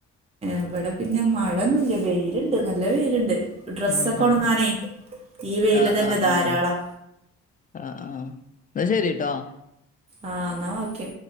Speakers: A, on the right (about 20°); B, on the left (about 30°).
A: ഇവിടെ പിന്നെ മഴഒന്നും മില്ല വെയിലുണ്ട് നല്ല വെയിലുണ്ട് ഡ്രസ്സൊക്കെ
B: ഉം
A: ഉണങ്ങാനെയ്
B: ഉം
A: ഈ വെയില്
B: ആഹ്
A: തന്നെ
B: ആഹ്
A: ധാരാളം
B: ആഹ് ആഹ് ആഹ് ഇന്നാ ശരിട്ടോ
A: ആഹ് ഇന്നാ ഓക്കെ